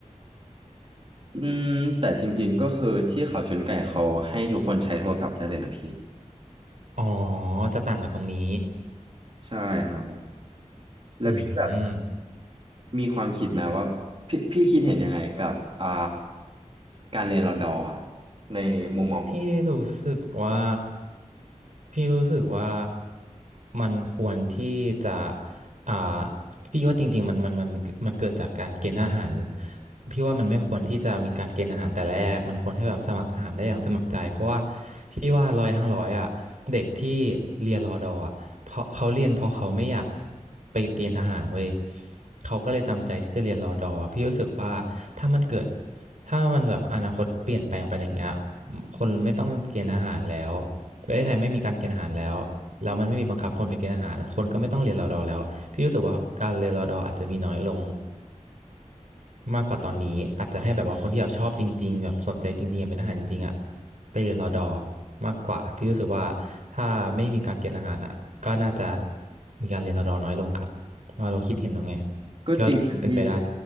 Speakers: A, on the right; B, on the right.
A: อืมแต่จริงๆก็คือที่เขาชนไก่เขาให้ทุกคนใช้โทรศัพท์ได้เลยนะพี่
B: อ๋อจะต่างกันตรงนี้
A: ใช่ครับผมแล้วพี่แบบ
B: อืม
A: มีความคิดไหมว่าพี่พี่คิดเห็นยังไงกับอ่าการเรียนรอดอร์อะในมุมมองของพี่
B: พี่รู้สึกว่าพี่รู้สึกว่ามันควรที่จะอ่าพี่ว่าจริงๆมันมันมันมันเกิดจากการเกณฑ์ทหารพี่ว่ามันไม่ควรที่จะมีการเกณฑ์ทหารแต่แรกมันควรให้แบบสมัครทหารได้อย่างสมัครใจเพราะว่าพี่ว่าร้อยทั้งร้อยอ่ะเด็กที่เรียนรอดออ่ะเพราะเขาเรียนเพราะเขาไม่อยากไปเกณฑ์ทหารเว้ยเขาก็เลยจำใจที่จะเรียนรอดอพี่รู้สึกว่าถ้ามันเกิดถ้ามันแบบอนาคตเปลี่ยนแปลงไปอย่างเงี้ย คนไม่ต้องเกณฑ์อาหารแล้วประเทศไทยไม่มีการเกณฑ์อาหารแล้วแล้วมันไม่มีบังคับคนไปเกณฑ์อาหารคนก็ไม่ต้องเรียนรอดอแล้วพี่รู้สึกว่าการเรียนรอดออาจจะมีน้อยลงมากกว่าตอนนี้อาจจะให้แบบว่าคนที่แบบชอบจริงๆแบบสนใจจริงๆอยากเป็นทหารจริงๆอ่ะไปเรียนรอดอมากกว่าพี่รู้สึกว่าถ้าไม่มีการเกณฑ์อาหารอ่ะก็น่าจะมีการเรียนรอดอน้อยลงครับเราคิดเห็นว่าไง
A: ก็จริงนะพี่
B: ก็เป็นไปได้